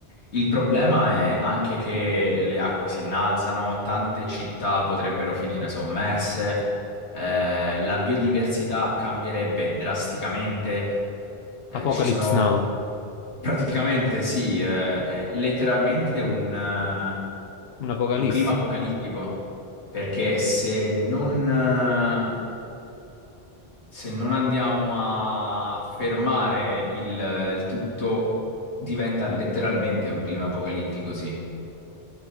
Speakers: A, on the left (about 85°); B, on the left (about 65°).
A: Il problema è anche che le acque si innalzano, tante città potrebbero finire sommerse, eh, la biodiversità cambierebbe drasticamente, eh,
B: Apocalypse
A: ci sono
B: Now,
A: praticamente, sì, eh, è letteralmente un, eh,
B: un'apocalisse.
A: un clima apocalittico, perché se non, eh, se non andiamo a fermare il il tutto, diventa letteralmente un clima apocalittico, sì.